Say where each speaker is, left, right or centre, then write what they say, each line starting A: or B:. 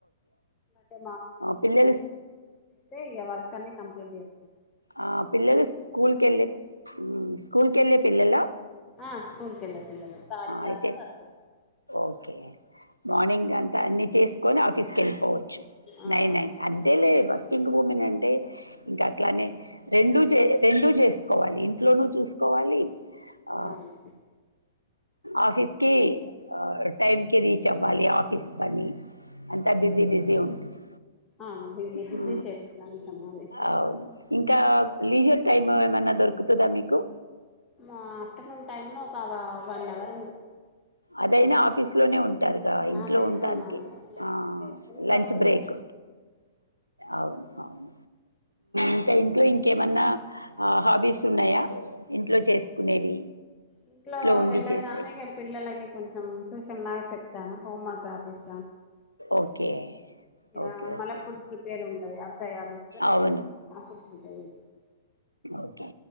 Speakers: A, on the left; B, on the right.
A: అంటే
B: పిలల్లు
A: ఇక వర్క్ అన్ని కంప్లీట్ చేస్తంది.
B: ఆ పిల్లలు స్కూల్కి వెళ్ళి స్కూల్ కు వెళ్ళ పిల్లల
A: ఆ స్కూల్కి వెళ్ళ థర్డ్ క్లాస్
B: అయితే
A: ఫస్ట్ క్లాస్
B: ఓకే మార్నింగ్ అంతా అన్ని చేసుకొని ఆఫీస్ వెళ్ళిపోవచ్చు
A: ఆ
B: నై నై
A: అవును
B: అంతే లేదువ కింగ్ భూమెన్ అంటే ఇంకా అట్లానే రెండు చే రెండు చేసుకోవాలి ఇంట్లోనూ చూసి తీసుకోవాలి ఆ
A: అవును
B: ఆఫస్కి టైమ్కి రీచ్ అవ్వాలి ఆఫీస్ తీసు పని అంతా బిజీ బిజీ ఉంటుంది
A: అవును బిజీ బిజీ
B: ఊ
A: షెడ్యూల్ అంతా మాది
B: అవును ఇంకా లీజర్ టైమ్ ఏ మన్నా దొరుకు వస్తుందా మీకు
A: మా ఆఫ్టర్నూన్ టైమ్ లో ఒక వన్ అవర్ ఉంటుంది
B: అదైనా ఆఫీస్ లోనే ఉంట ఉంటారుగా ఇంట్లో
A: ఆఫీస్
B: ఉండానికి
A: లోనే ఉంటాను
B: ఆ
A: ఇంట్లోకి
B: లంచ్
A: వెళ్ళడం
B: బ్రేక్ అవును అవును ఇంకా ఇంట్లో ఇంకేమన్నా హాబీస్ ఉన్నాయా ఇంట్లో చేసుకునేవి
A: ఇంట్లో
B: ఉండి
A: వెళ్ళగానేక
B: చేసేవి
A: పిల్లలు ఇలాగే కొంచెం ట్యూషన్ లాగా చెప్తాను హోమ్మర్క్ ఆఫీస్
B: ఓకే ఓకే
A: ఆ మళ్ళ
B: ఓకే
A: ఫుడ్ ప్రిపేర్ ఉండదు ఎంత తయారు చేస్తారు
B: అవును
A: లేపో ర ఫడ్ అద చేస్తాం
B: ఓకే